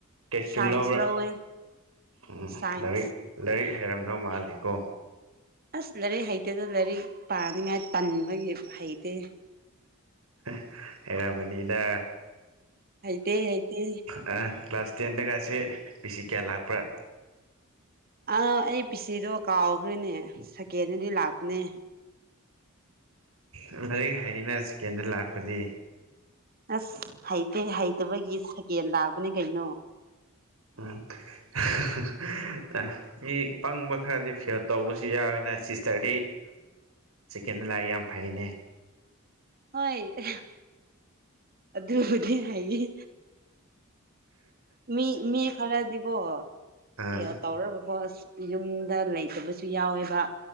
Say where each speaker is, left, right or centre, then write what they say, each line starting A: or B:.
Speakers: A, on the right; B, on the right.
A: ꯀꯩꯁꯇ꯭ꯔꯤꯝ
B: ꯁꯥꯏꯟꯁ
A: ꯂꯧꯕ꯭ꯔꯥ
B: ꯂꯧꯋꯦ
A: ꯎꯝ
B: ꯁꯥꯏꯟꯁ
A: ꯂꯥꯏꯔꯤꯛ ꯂꯥꯏꯔꯤꯛ ꯍꯩꯔꯝꯗꯧ ꯃꯥꯜꯂꯤꯀꯣ
B: ꯑꯁ ꯂꯥꯏꯔꯤꯛ ꯍꯩꯇꯦꯗ ꯂꯥꯏꯔꯤꯛ ꯄꯥꯅꯤꯡꯉꯥꯏ ꯇꯟꯕꯒꯤ ꯍꯩꯇꯦ
A: ꯍꯦ ꯍꯩꯔꯝꯒꯅꯤꯗ
B: ꯍꯩꯇꯦ ꯍꯩꯇꯦ
A: ꯑꯍꯝ ꯀ꯭ꯂꯥꯁ ꯇꯦꯟꯗꯒꯥꯁꯦ ꯄꯤꯁꯤ ꯀꯌꯥ ꯂꯥꯛꯄ꯭ꯔꯥ
B: ꯑꯥ ꯑꯩ ꯄꯤꯆꯗꯣ ꯀꯥꯎꯈ꯭ꯔꯦꯅꯦ ꯁꯀꯦꯟꯗꯗꯤ ꯂꯥꯛꯄꯅꯦ
A: ꯎꯝ ꯂꯥꯏꯔꯤꯛ ꯍꯩꯅ ꯆꯀꯦꯟꯗ ꯂꯥꯛꯄꯗꯤ
B: ꯑꯁ ꯍꯩꯇꯦ ꯍꯩꯇꯕꯒꯤ ꯁꯀꯦꯟ ꯂꯥꯛꯄꯅꯦ ꯀꯩꯅꯣ
A: ꯎꯝ ꯍꯥ ꯍꯥ ꯍꯥ ꯃꯤ ꯄꯪꯕ ꯈꯔꯗꯤ ꯐꯤꯦꯜ ꯇꯧꯕꯁꯨ ꯌꯥꯎꯋꯦꯅ ꯁꯤꯁꯇꯔꯗꯤ ꯁꯤꯀꯦꯟ ꯂꯥꯛꯑꯦ ꯌꯥꯝ ꯐꯩꯅꯦ
B: ꯍꯣꯏ ꯍꯥ ꯑꯗꯨꯕꯨꯗꯤ ꯍꯥꯏꯌꯦ ꯃꯤ ꯃꯤ ꯈꯔꯗꯤꯕꯣ
A: ꯑꯥ
B: ꯀꯌꯥ ꯇꯧꯔꯕꯀꯣ ꯑꯁ ꯌꯨꯝꯗ ꯂꯩꯇꯕꯁꯨ ꯌꯥꯎꯋꯦꯕ